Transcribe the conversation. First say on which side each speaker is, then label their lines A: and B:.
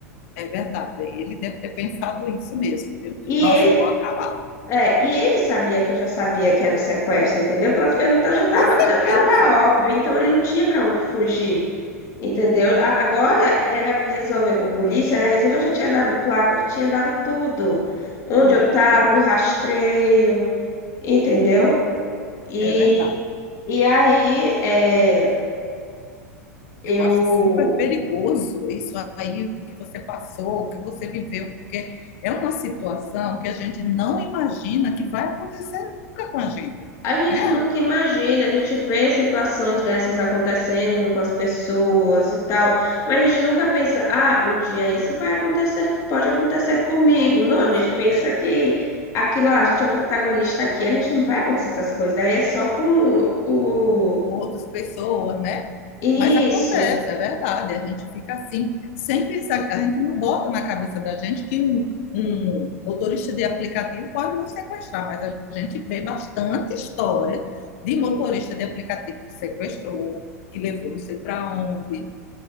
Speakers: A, on the left; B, on the left.
A: é verdade, ele deve ter pensado isso mesmo, viu?
B: E
A: Nossa,
B: ele
A: estou acabado.
B: É, e ele sabia que eu já sabia que era o sequestro, entendeu? Pelas perguntas já estava
A: Com certeza,
B: já tava óbvio, então ele não tinha para onde fugir, entendeu? A- Agora era resolver com polícia, era resolver, eu já tinha dado placa, eu já tinha dado tudo. Onde
A: tudo,
B: eu estava,
A: verdade,
B: o rastreio, entendeu? E,
A: é verdade.
B: e aí é, eu.
A: Eu acho super perigoso isso aí, o que você passou, o que você viveu, porque é uma situação que a gente não imagina que vai acontecer nunca com a gente,
B: A gente
A: né?
B: nunca imagina, a gente vê situações dessas acontecendo com as pessoas e tal, mas a gente nunca pensa, ah, um dia isso vai acontecer, pode acontecer comigo.
A: Quando acontece
B: Não, a gente pensa
A: é,
B: que aquilo lá, a gente é o protagonista aqui, a gente não vai acontecer essas coisas, daí é só com o.
A: com outras pessoas, né?
B: Isso.
A: Mas acontece, é verdade. A gente fica assim, sem pensar, a gente não bota na cabeça da gente que um, um motorista de aplicativo pode nos sequestrar, mas a gente vê bastante história de motorista de aplicativo que sequestrou, que levou não sei para onde,